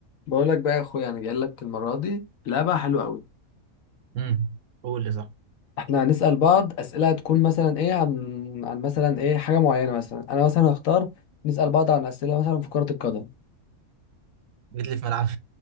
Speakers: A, on the left; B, on the right.
A: بقول لك بقى يا اخويا انا جاي لك المره دي لعبه حلوه قوي
B: امم قول لي صح
A: احنا هنسال بعض اسئله هتكون مثلا ايه عن عن مثلا ايه حاجه معينه مثلا انا مثلا هختار نسال بعض عن اسئله مثلا في كره القدم
B: جيت لي في ملعبي